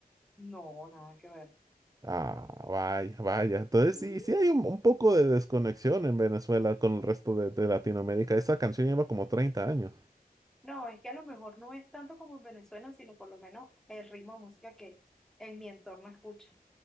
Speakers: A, in the centre; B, on the right.
A: No, nada que ver.
B: Ah, vaya, vaya. Entonces,
A: Mm.
B: sí, sí hay un, un poco de desconexión en Venezuela con el resto de, de Latinoamérica. Esa canción lleva como treinta años.
A: No, es que a lo mejor no es tanto como en Venezuela, sino por lo menos el ritmo de música que en mi entorno escuchan.